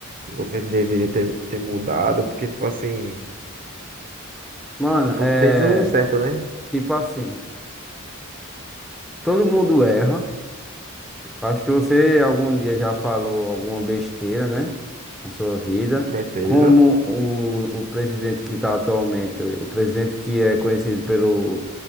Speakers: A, on the right; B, in the centre.
A: o governo deveria ter, ter mudado? Porque, tipo assim,
B: Mano,
A: fo-
B: é.
A: fez o certo, né?
B: Tipo assim, todo mundo erra. Acho que você algum dia já falou alguma besteira, né? Na sua vida.
A: Com certeza.
B: Como o, o presidente que está atualmente, o presidente que é conhecido pelo